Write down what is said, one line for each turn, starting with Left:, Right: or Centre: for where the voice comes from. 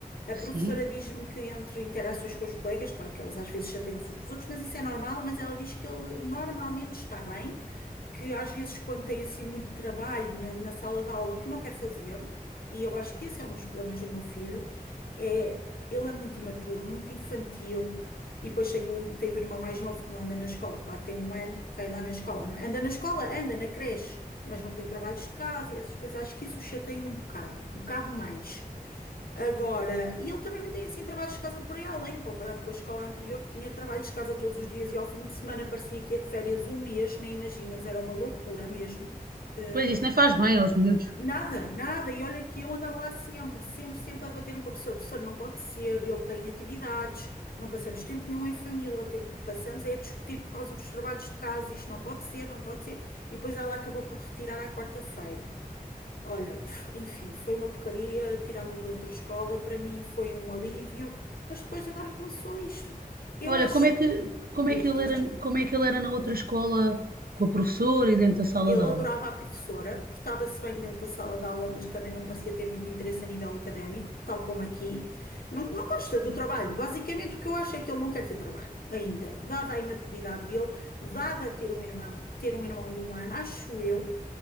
Left: A
Right: Sim.
Left: professora diz-me que entre interações com os colegas, claro que eles às vezes chateiam-se uns com os outros, mas isso é normal, mas ela diz que ele normalmente está bem. que às vezes quando tem assim muito trabalho na, na sala de aula que não quer fazer, e eu acho que esse é um dos problemas do meu filho, é ele é muito imaturo, muito infantil, e depois tem o, tem o irmão mais novo que não anda na escola, claro, tem um ano, vai andar na escola, não é? Anda na escola, anda na creche, mas não tem trabalhos de casa e essas coisas, acho que isso o chateia um bocado, um bocado mais. Agora, e ele também nem tem assim trabalhos de casa por aí além, comparado com a escola anterior, que tinha trabalhos de casa todos os dias e ao fim de semana parecia que ia de férias um mês, nem imaginas, era uma loucura mesmo. Eh,
Right: Pois isso nem faz bem aos miúdos.
Left: nada, nada, e olha que eu andava lá sempre, sempre, sempre a debater-me com o professor, professor, não pode ser, ele tem atividades, não passamos tempo nenhum em família, o tempo que passamos é a discutir por causa dos trabalhos de casa, isto não pode ser, não pode ser, e depois ela acabou por retirar à quarta-feira. Olha, pff, enfim, foi uma porcaria, tirar-me de outra escola, para mim foi um alívio, mas depois agora começou isto. Eu
Right: Olha,
Left: acho,
Right: como é que, como
Left: diz,
Right: é que ele
Left: diz,
Right: era,
Left: desculpa.
Right: como é que ele era na outra escola com a professora e dentro da sala
Left: Ele
Right: de aula?
Left: adorava a professora, portava-se bem dentro da sala de aula, mas também não parecia ter muito interesse a nível académico, tal como aqui. Não, não gosta do trabalho. Basicamente, o que eu acho é que ele não quer ter trabalho ainda, dada a imaturidade dele, dada ter um irmão, ter um irmão de um ano, acho eu,